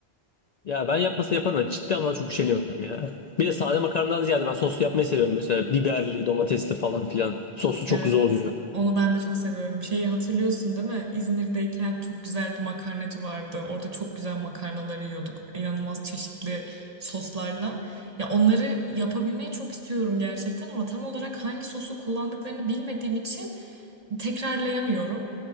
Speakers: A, on the left; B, on the right.
A: Ya ben yapması yaparım da ciddi anlamda çok üşeniyorum ya. Bir de sade makarnadan ziyade ben soslu yapmayı seviyorum. Mesela biberli, domatesli falan filan. Soslu çok
B: Evet.
A: güzel oluyor.
B: Onu ben de çok seviyorum. Şeyi hatırlıyorsun değil mi? İzmir'deyken çok güzel bir makarnacı vardı. Orada çok güzel makarnaları yiyorduk. İnanılmaz çeşitli soslarla. Ya onları yapabilmeyi çok istiyorum gerçekten ama tam olarak hangi sosu kullandıklarını bilmediğim için tekrarlayamıyorum.